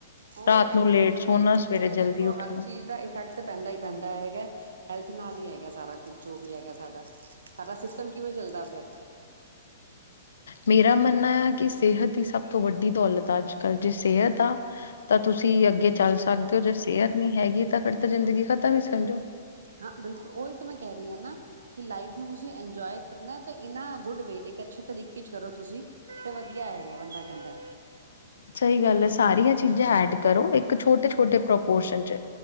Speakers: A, on the right; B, on the left.
A: ਉਹੀ
B: ਰਾਤ
A: ਹੈਗਾ
B: ਨੂੰ ਲੇਟ
A: ਨਾ
B: ਸੋਣਾ
A: ਹੈਲਥ
B: ਸਵੇਰੇ ਜਲਦੀ
A: ਦੇਖੋ
B: ਉੱਠਣਾ।
A: ਹਰ ਚੀਜ਼ ਦਾ ਇਫੈਕਟ ਪੈਂਦਾ ਹੀ ਪੈਂਦਾ ਹੈਗਾ। ਹੈਲਥ ਨਾਲ ਹੀ ਹੈਗਾ ਸਾਰਾ ਕੁਛ ਜੋ ਵੀ ਹੈਗਾ ਸਾਡਾ, ਸਾਡਾ ਸਿਸਟਮ ਕਿਵੇਂ ਚੱਲਦਾ ਪਿਆ।
B: ਮੇਰਾ ਮੰਨਣਾ ਆ ਕਿ ਸਿਹਤ ਦੀ ਸਭ ਤੋਂ ਵੱਡੀ ਦੌਲਤ ਆ ਅੱਜ ਕੱਲ, ਜੇ ਸਿਹਤ ਆ ਤਾਂ ਤੁਸੀਂ ਅੱਗੇ ਚੱਲ ਸਕਦੇ ਹੋ, ਜੇ ਸਿਹਤ ਨਹੀਂ ਹੈਗੀ ਤਾਂ ਫਿਰ ਤਾਂ ਜ਼ਿੰਦਗੀ ਖ਼ਤਮ ਹੀ ਸਮਝੋ।
A: ਹਾਂ ਬਿਲਕੁਲ ਉਹੀ ਤਾਂ ਮੈਂ ਕਹਿ ਰਹੀ ਹਾਂ ਨਾ ਕਿ ਲਾਈਫ ਨੂੰ ਤੁਸੀਂ ਇੰਜੋਏ ਕਰਨਾ ਇਨ ਗੁੱਡ ਵੇ ਇੱਕ ਅੱਛੇ ਤਰੀਕੇ ਚ ਕਰੋ। ਤੁਸੀਂ ਤੇ ਵਧੀਆ ਹੈਗਾ ਬੰਦਾ ਕਹਿੰਦਾ।
B: ਸਹੀ ਗੱਲ ਹੈ ਸਾਰੀਆਂ ਚੀਜ਼ਾਂ ਐਡ ਕਰੋ ਇੱਕ ਛੋ ਟੇ ਪ੍ਰਪੋਰਸ਼ਨ ਚ